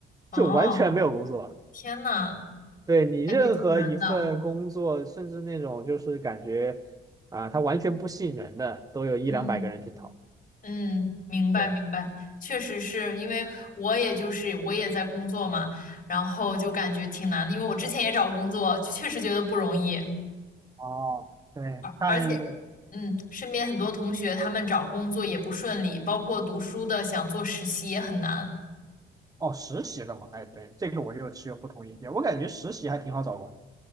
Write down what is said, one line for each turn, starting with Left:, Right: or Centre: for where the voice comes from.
Left: 哦，
Right: 就完全没有工作。
Left: 天呐，
Right: 对你任何一份工作，
Left: 感觉挺难的。
Right: 甚至那种就是感觉啊，它完全不吸引人的，都有一两百个人去投。
Left: 嗯。嗯，明白明白，
Right: 对，
Left: 确实是因为我也就是我也在工作嘛，然后就感觉挺难的，因为我之前也找工作，就确实觉得不容易，
Right: 哦，对，
Left: 而而且，
Right: 看
Left: 嗯，身边很多同学他们找工作也不顺利，包括读书的想做实习也很难，
Right: 哦，实习的嘛，哎，对，这个我就持有不同意见。我感觉实习还挺好找工